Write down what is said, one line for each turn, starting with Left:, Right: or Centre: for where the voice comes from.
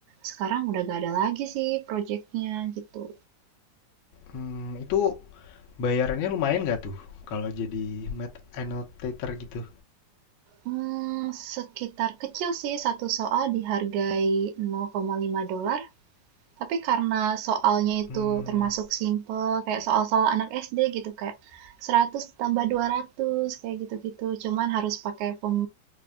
Right: Sekarang udah gak ada lagi sih proyeknya gitu.
Left: Hmm, itu Bayarannya lumayan nggak tuh kalau jadi Math annotator gitu?
Right: Hmm, sekitar kecil sih satu soal dihargai 0,5 dolar. Tapi karena soalnya itu
Left: Hmm,
Right: termasuk simple, kayak soal-soal anak SD gitu, kayak 100 tambah 200, kayak gitu-gitu. Cuman harus pakai pem